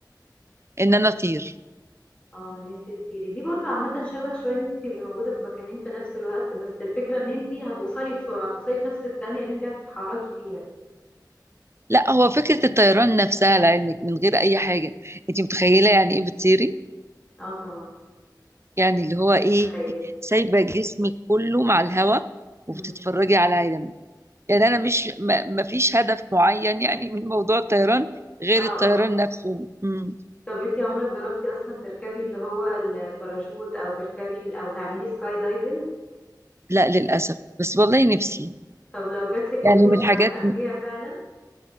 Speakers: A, on the right; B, on the left.
A: ان انا اطير
B: اه ان انت تطيري دي برضو عامة شبه شوية ان انت تبقي موجودة في مكانين في نفس الوقت بس الفكرة ان انت هتوصلي بسرعة توصلي في نفس الثانية اللي انت هتتحركي فيها
A: لا هو فكرة الطيران نفسها لعلمك من غير اي حاجة انت متخيلة يعني ايه بتطيري
B: اه طبعا
A: يعني اللي هو ايه
B: متخيل
A: سايبه جسمك كله مع الهواء
B: مم.
A: وبتتفرجي على العالم يعني انا مش ما ما فيش هدف معين يعني من
B: مم.
A: موضوع الطيران غير
B: اه
A: الطيران
B: اه
A: نفسه مم.
B: طب انت عمرك جربتي اصلا تركبي اللي هو الباراشوت او تركبي ال- او تعملي سكاي دايزنج
A: لا للاسف بس والله نفسي
B: طب لو جاتلك
A: يعني
B: الفرصة
A: من الحاجات
B: هتاخديها فعلا